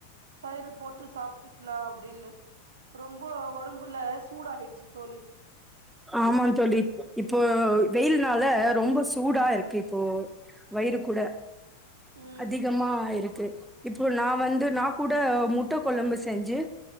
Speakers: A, on the right (about 65°); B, in the centre.
A: தயிர் போட்டு சாப்பிட்டுக்கலாம் அப்படின்னு ரொம்ப உடம்புல சூடாயிடுச்சு தோழி
B: ஆமா தோழி இப்போ வெயில்னால ரொம்ப சூடா இருக்கு இப்போ வயிறு கூட
A: ம்
B: அதிகமா இருக்கு இப்போ நான் வந்து ந கூட முட்ட கொழம்பு செஞ்சு